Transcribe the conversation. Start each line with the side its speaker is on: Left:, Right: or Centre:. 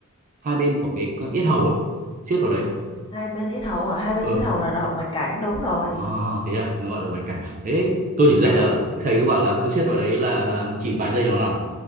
Right: hai bên của cái
Left: Chỗ
Right: yết
Left: nào?
Right: hầu ấy siết vào đấy
Left: Hai bên yết hầu à? Hai bên
Right: ừ
Left: yết hầu là động mạch cảnh, đúng rồi.
Right: à, thế à nó gọi động mạch cảnh à thế tôi chỉ dạy
Left: Ờ,
Right: là thầy cứ bảo là cứ siết vào đấy là là nó chỉ vài giây nó nằm